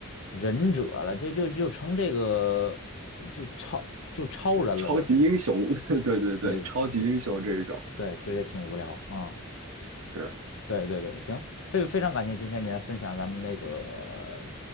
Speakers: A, on the left; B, on the right.
A: 忍者了，就就就成这个就超就超人了都是。
B: 超级英雄，<laughs> 对对对，
A: 对。
B: 超级英雄这一种
A: 对，其实也挺无聊啊、嗯。
B: 是
A: 对对对，行，非非常感谢今天你来分享咱们那个